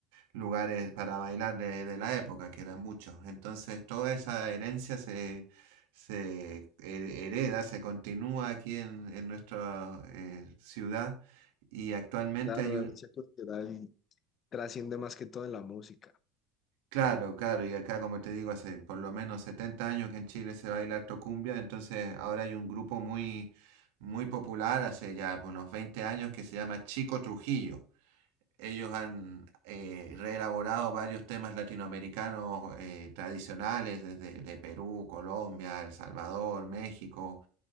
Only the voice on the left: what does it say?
Claro,
la
herencia cultural trasciende más que todo en la música.